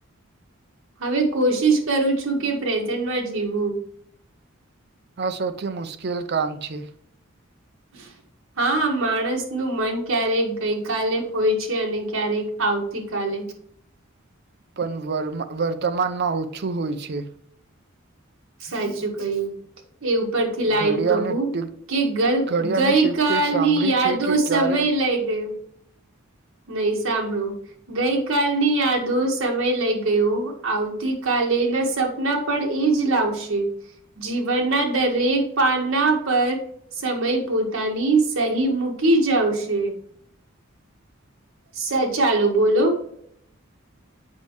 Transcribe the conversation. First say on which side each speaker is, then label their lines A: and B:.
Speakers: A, on the right; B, on the right.
A: હવે કોશિશ કરું છું કે પ્રેઝન્ટમાં જીવું.
B: આ સૌથી મુશ્કેલ કામ છે.
A: હમ હા માણસ નું મન ક્યારેક ગઈ કલે હોય છે અને ક્યારેક આવતી કલે
B: પણ વ વર્તમાનમાં ઓછું હોય છે
A: સાચું કહું એ ઉપરથી લાઈન
B: ઘડિયાળની
A: કહું
B: ટીક
A: કે ગ
B: ઘડિયાળની
A: ગઈ
B: ટીક
A: કલની
B: ટીક સાંભળી
A: યાદો
B: છે કે
A: સમય
B: ક્યારે
A: લઈ ગયો નહી સાંભળું ગઈ કલની યાદો સમય લઈ ગયો આવતી કલે પણ એ જ લાવશે જીવનના દરેક પાના પર સમય પોતાની સહી મૂકી જાવશે સ ચાલુ બોલો